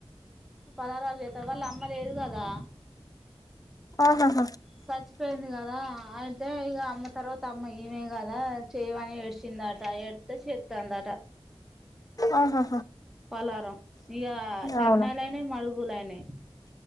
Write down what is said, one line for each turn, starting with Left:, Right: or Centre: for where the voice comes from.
Centre: పలారు చేత్త వాళ్ళ మ్మ లేదు కాదా
Left: ఆహాహ
Centre: చచ్చిపోయింది కదా అ అయితే ఇక అమ్మ తర్వాత అమ్మ ఈమె కదా చేయని ఏడ్చిందట ఏడితే చేస్తందట
Left: ఆహా
Centre: పలారం ఇక చకినాలు
Left: అవునా
Centre: అన్ని మడుగులుయినాయి